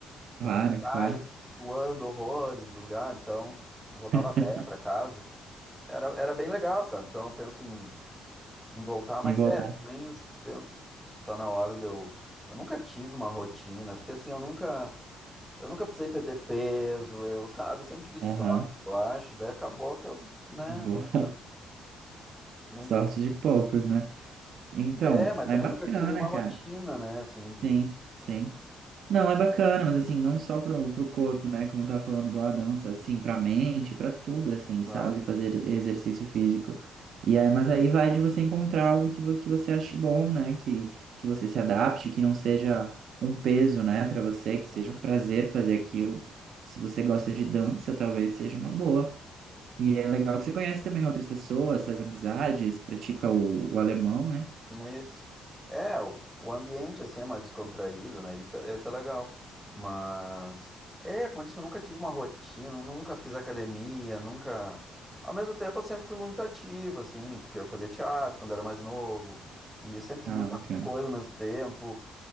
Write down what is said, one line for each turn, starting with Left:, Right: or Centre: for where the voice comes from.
Centre: e
Right: Claro,
Centre: tu sai
Right: claro.
Centre: suando horrores do lugar, então, eu voltava
Right: <laughs>
Centre: a pé pra casa. Era, era bem legal, sabe? Então, eu penso em em voltar, mas
Right: E voltar.
Centre: é, também eu penso, está na hora de eu. Eu nunca tive uma rotina, porque assim, eu nunca, eu nunca precisei perder peso, eu, sabe, eu sempre tive sorte,
Right: Aham.
Centre: eu acho, daí acabou que eu, né,
Right: Boa.
Centre: nunca, nunca.
Right: Sorte de poucos, né? Então,
Centre: É, mas
Right: é
Centre: também
Right: bacana,
Centre: nunca criei uma rotina,
Right: cara.
Centre: né, assim, de.
Right: Sim, sim. Não, é bacana, mas assim, não só pro, pro corpo, né? Como eu tava falando, igual a dança, assim, pra mente, pra tudo, assim,
Centre: Claro,
Right: sabe? Fazer exercício físico. E aí, mas aí vai de você encontrar algo que, vo- que você ache bom, né? Que, que você se adapte, que não seja um peso, né, pra você,
Centre: sim.
Right: que seja um prazer fazer aquilo. Se você gosta de dança, talvez seja uma boa. E é legal que você conhece também outras pessoas, faz amizades, pratica o, o alemão, né?
Centre: Isso. É, o, o ambiente assim é mais descontraído, né? Isso, isso é legal. Mas é, como eu disse, eu nunca tive uma rotina, nunca fiz academia, nunca. Ao mesmo tempo, eu sempre fui muito ativo, assim, porque eu fazia teatro quando era mais novo, e eu sempre fiz
Right: Ah,
Centre: muita
Right: bacana.
Centre: coisa ao mesmo tempo.